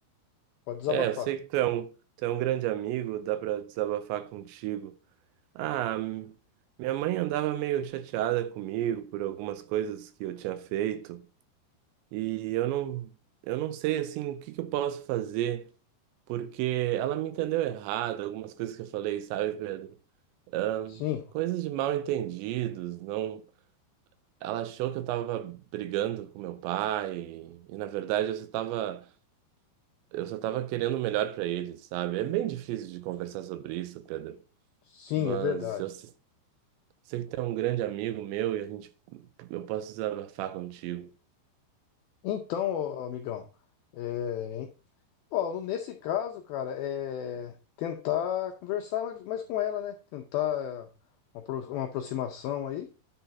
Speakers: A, on the left (about 85°); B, on the right (about 80°).
A: Pode desabafar.
B: É, eu sei que tu é um, tu é um grande amigo, dá pra desabafar contigo. Ah, m- minha mãe andava meio chateada comigo por algumas coisas que eu tinha feito e eu não, eu não sei, assim, o que que eu posso fazer. Porque ela me entendeu errado, algumas coisas que eu falei, sabe, Pedro? Ahn,
A: Sim,
B: coisas de mal entendidos, não. Ela achou que eu tava brigando com meu pai e, na verdade eu só tava, eu só tava querendo o melhor pra ele, sabe? É bem difícil de conversar sobre isso, Pedro.
A: sim,
B: Mas
A: é verdade.
B: eu se- sei que tu é um grande amigo meu e a gente, eu posso desabafar contigo.
A: Então, ô, amigão, é, ó, nesse caso, cara, é tentar conversar mais, mais com ela, né? Tentar uma, apro- uma aproximação aí.